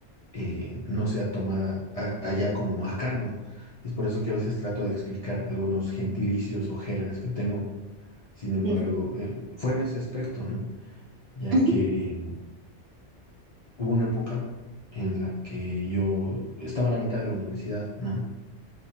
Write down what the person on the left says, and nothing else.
eh, no sea tomada a- allá como acá, ¿no? Es por eso que a veces trato de explicar algunos gentilicios o jergas que tengo. Sin embargo,
eh, fue en ese aspecto, ¿no?
Ya
que eh, hubo una época en la que yo estaba a la mitad de la universidad, ¿no?